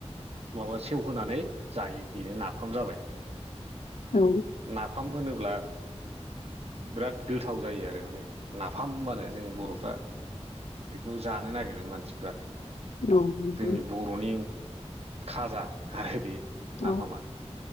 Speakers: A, on the right; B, on the left.
A: माबा सेव होनानै जायो बेनो नाफाम जाबाय
B: औ
A: नाफाम होनोब्ला बिराद गोथाव जायो आरो माने नाफाम होनबानो जों बर'फ्रा बेखौ जानो नागिरो मानसिफ्रा
B: औ नोंथां
A: जोंनि बर'नि खाजा आरो बे
B: औ
A: नाफामा